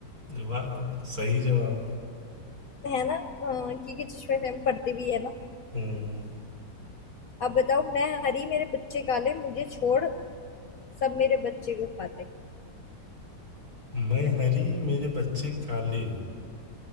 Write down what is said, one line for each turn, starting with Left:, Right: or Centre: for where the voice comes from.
Right: वाह सही जवाब
Left: है ना अ, क्योंकि चश्मे से हम पढ़ते भी है ना
Right: हम्म
Left: अब बताओ मैं हरी मेरे बच्चे काले मुझे छोड़ सब मेरे बच्चे को खाते
Right: मैं हरी मेरे बच्चे काले